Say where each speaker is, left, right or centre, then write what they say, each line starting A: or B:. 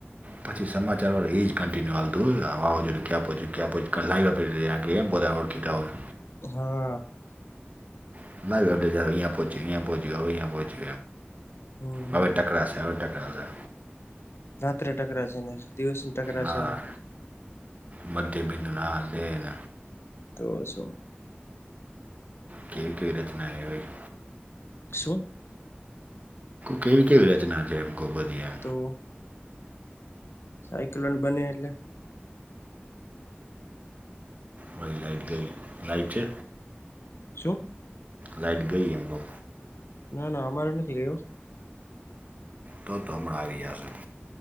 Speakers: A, on the right; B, on the left.
A: પછી સમાચાર વાળ એ જ કન્ટિન્યુલતું <unintelligible> ક્યા ક્યા લ. ગીધ હોય.
B: હા.
A: <unintelligible> અહીંયા પૂછે અહીંયા પૂચે
B: હમ હમ
A: હવે ટક ટકશે હવે ડકરશે.
B: રાત્રે ટકરા છે ને દિવસ. ટકરાશે
A: ના
B: ને
A: મતીબિંદુ ના દન.
B: તો શું
A: કેવી કેવી રચના એ હોય.
B: શું.
A: કેવી કેવી રચના છે એમ ખુ બધી.
B: તો. સાઈકલન બને એટલે.
A: વ લાઈટ ગઈ લાઈટ છે.
B: શું.
A: લાઈટ ગઈ એમ કવ
B: ના ના અમાર નથી ગય હ.
A: તો તો હમણાં આવી જશે.